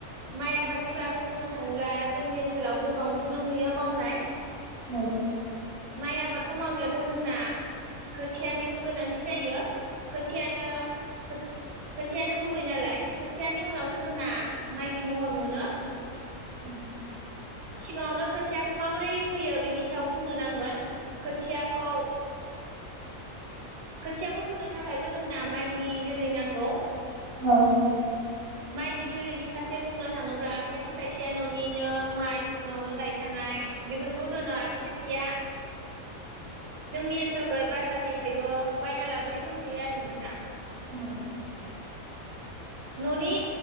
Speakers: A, on the right (about 80°); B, on the right (about 20°).
A: माइ आबादनि बागै बुंनो थाङोब्ला जोंनि ओनसोलाव गोबांखौनो नुयो मावनाय।
B: औ
A: माइ आबादखौ मावनायाथ' जोंना खोथियानिबो गोनांथि जायो खोथियानो खोथियानो गुबै नालाय खोथियानि उनावसो जोंना माइनि महर मोनो
B: उम
A: सिगाङावनो खोथियाखौ माबोरै फैयो बेनि सायाव बुंग्रोनांगोन खोथियाखौ खोथियाखौ फोनो थाखायबो जोंना माइनि जोलै नांगौ
B: औ
A: माइनि जोलैनि फारसे बुंनो थाङोब्ला खायसे खायसेया न'निनो माइ सिगाङावनो गायखानाय बेफोरखौ दोनो आरो खायसेया जोंनि ओनसोलखौ बाजारनिफ्रायबो बायना लाबोनायखौ नुयो आरो नोंथां
B: औ
A: न'नि